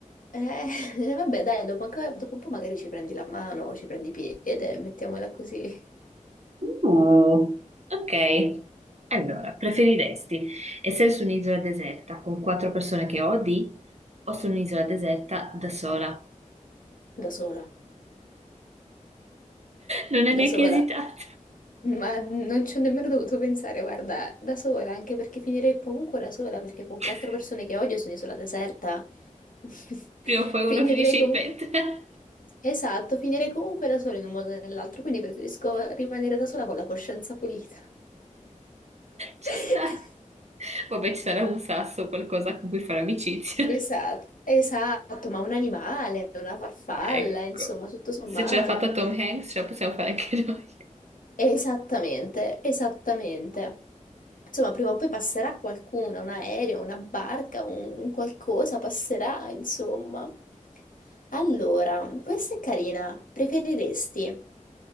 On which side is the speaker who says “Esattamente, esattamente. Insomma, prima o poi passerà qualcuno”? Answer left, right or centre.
Left